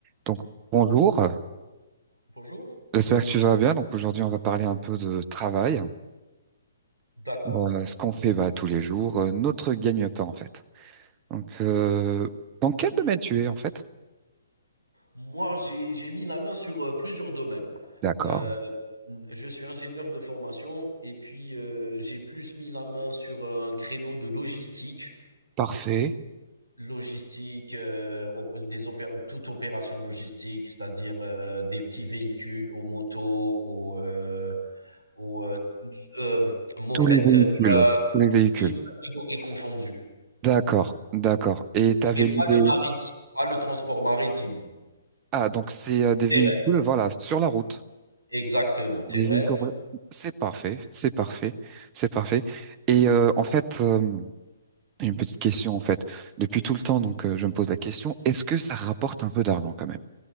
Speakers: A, on the right; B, on the right.
A: Donc, bonjour,
B: Bonjour.
A: j'espère que tu vas bien. Donc, aujourd'hui, on va parler un peu de travail,
B: D'accord.
A: Euh, ce qu'on fait bah, tous les jours, euh, notre gagne-pain en fait. Donc, euh, dans quel
B: Très
A: domaine
B: Bien.
A: tu es en fait?
B: Moi, j'ai j'ai mis la main sur, heu, plusieurs domaines.
A: D'accord,
B: Heu, mmh, je suis ingénieur de formation et puis, heu, j'ai plus mis la main sur un créneau de logistique.
A: parfait.
B: Logistique, heu, op les opé toute opération logistique, c'est-à-dire, heu, des petits véhicules aux motos, aux, heu aux, heu, hem, moffett
A: Tous les véhicules.
B: truck,
A: Tous les véhicules.
B: toutes catégories confondues,
A: D'accord, d'accord. Et tu avais
B: mais
A: l'idée.
B: pas le maritime, pas le transport maritime.
A: Ah, donc c'est euh, des
B: Terrestre,
A: véhicules, voilà, sur la route.
B: exactement, terrestre.
A: Des véhicules. C'est parfait, c'est parfait, c'est parfait. Et euh, en fait, euh, Une petite question en fait. Depuis tout le temps, donc euh, je me pose la question, est-ce que ça rapporte un peu d'argent quand même?